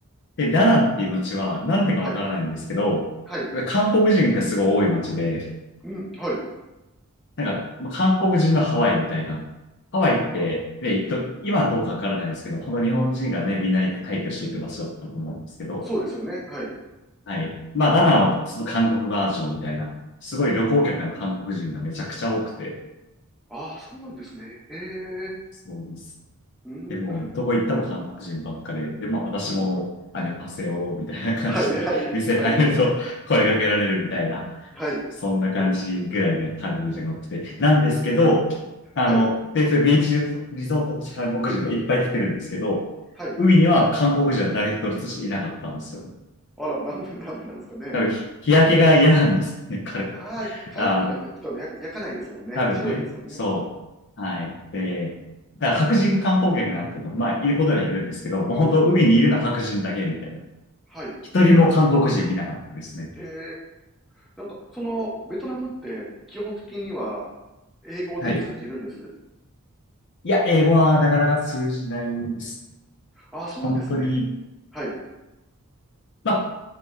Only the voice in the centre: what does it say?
はい、はい。
うん、はい。
あ、
うん。
そうですよね。はい。
ああ、そうなんですね。ええ。
うーん、
うん。
はい、はい、
はい、はい。はい。
ええ。
はい、
はい。
あら、なんで、なんでなんですかね。
ああ、韓国の人ね、
焼か焼かないですもんね。
白いですもんね。
うん。
はい。
へえ。なんか、その、ベトナムって基本的には英語で通じるんです
ああ、そうなんですね。
はい。